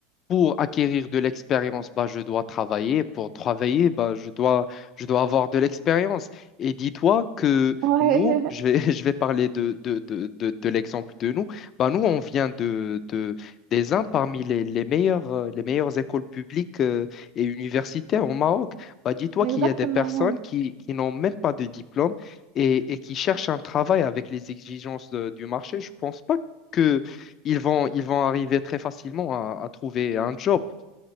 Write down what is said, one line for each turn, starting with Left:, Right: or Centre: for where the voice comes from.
Left: Pour acquérir de l'expérience, bah, je dois travailler. Pour travailler, bah, je dois, je dois avoir de l'expérience. Et dis-toi que
Right: Ouais,
Left: nous, je vais, <laughs> je vais parler de, de, de, de, de l'exemple de nous. Bah, nous, on vient de, de, des uns parmi les, les meilleures, euh, les meilleures écoles publiques euh, et universitaires au Maroc. Bah, dis-toi
Right: <laughs> exactement.
Left: qu'il y a des personnes qui, qui n'ont même pas de diplôme et, et qui cherchent un travail avec les exigences euh, du marché. Je pense pas que ils vont, ils vont arriver très facilement à, à trouver un job.